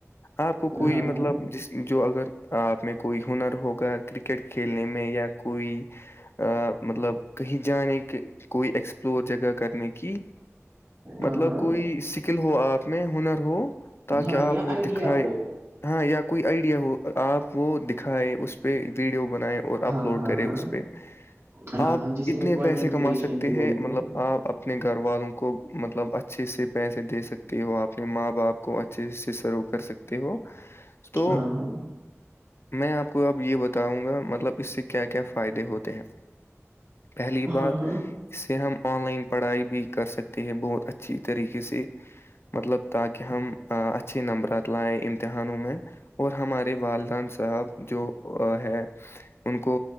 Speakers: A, on the left; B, on the right.
A: آپ کو کوئی
B: ہاں
A: مطلب
B: ہاں
A: جس جو اگر آپ میں کوئی ہنر ہوگا کرکٹ کھیلنے میں یا کوئی مطلب کہیں جانے کی کوئی ایکسپلور جگہ کرنے کی
B: ہاں
A: مطلب
B: ہاں
A: کوئی سکل ہو آپ میں ہنر ہو تاکہ
B: ہاں
A: آپ
B: یا
A: وہ
B: آئیڈیا
A: دکھائے
B: ہو
A: ہاں یا کوئی آئیڈیا ہو آپ وہ دکھیں اس پہ ویڈیو بنائے اور اپ
B: ہاں
A: لوڈ
B: ہاں
A: کرے
B: ہاں
A: اس پہ
B: ہاں
A: آپ
B: ہاں جسے
A: اتنے
B: ہم کنٹینٹ
A: پیسے کما
B: کریشن
A: سکتے
B: بھی
A: ہیں
B: بولتے
A: مطلب آپ اپنے گھر والوں کو مطلب اچھے سے پیسے دے سکتے ت وہ اپنے ماں باپ کو اچھے سے شرو کر سکے ہو تو
B: ہاں ہاں
A: میں آپ کو اب یہ بتاؤں گا مطلب اس سے کیا کیا فائدے ہوتے ہیں پہلی بات
B: ہاں ہاں
A: اس سے ہم آن لائن پڑھائی بھی کر سکتے ہیں بہت اچھی طریقے سے مطلب تاکہ ہم اچھے نمبرات لائے امتحانوں میں اور ہمارے والدین صاحب جو ہے ان کو